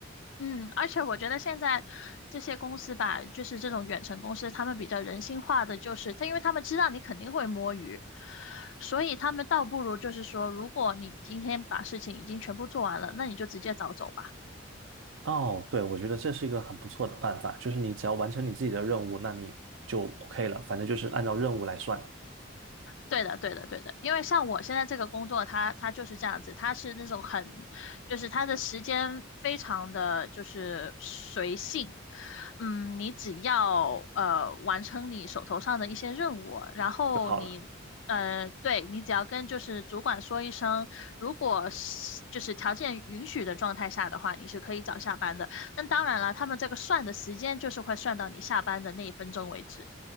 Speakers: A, on the left (about 70°); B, on the right (about 75°).
A: 嗯，而且我觉得现在这些公司吧，就是这种远程公司，他们比较人性化的，就是他，因为他们知道你肯定会摸鱼，所以他们倒不如就是说，如果你今天把事情已经全部做完了，那你就直接早走吧。
B: 哦，对，我觉得这是一个很不错的办法，就是你只要完成你自己的任务，那你就 OK 了，反正就是按照任务来算
A: 对的，对的，对的，因为像我现在这个工作，它它就是这样子，它是那种很，就是它的时间非常的就是随性，嗯，你只要呃完成你手头上的一些任务，然后你呃对你只要跟就是主管说一声，
B: 就好了。
A: 如果是就是条件允许的状态下的话，你是可以早下班的。那当然了，他们这个算的时间就是会算到你下班的那一分钟为止。